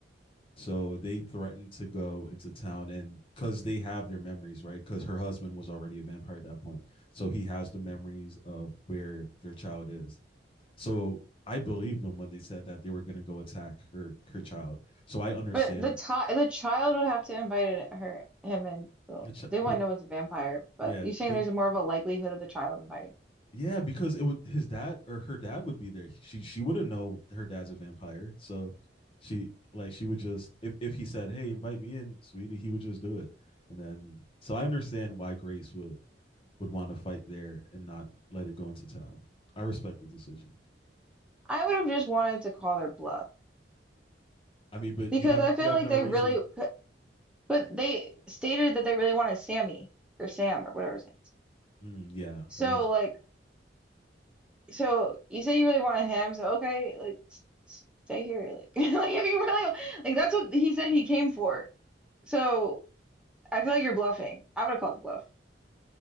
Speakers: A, on the left; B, in the centre.
A: so they threatened to go into town and because they have their memories, right? Because her husband was already a vampire at that point. So he has the memories of where their child is. So I believe them when they said that they were going to go attack her her child. So I understand,
B: But the ti the child would have to invite it, her him and well,
A: but
B: they wouldn't know it's a vampire, but
A: yeah,
B: you're saying
A: they
B: there's more of a likelihood of the child inviting.
A: Yeah, because it would his dad or her dad would be there. She she wouldn't know her dad's a vampire, so she like she would just if if he said, "Hey, invite me in, sweetie," he would just do it. And then so I understand why Grace would would want to fight there and not let it go into town. I respect the decision.
B: I would have just wanted to call their bluff
A: I mean, but
B: because
A: you have
B: I feel
A: you have
B: like
A: no
B: they
A: reason.
B: really could, but they stated that they really wanted Sammy or Sam or whatever his name is.
A: Mm, yeah,
B: So
A: that is.
B: like so you say you really wanted him, so okay, like s- s- stay here like <laughs> like if you really like that's what he said he came for. So I feel like you're bluffing. I would have called the bluff.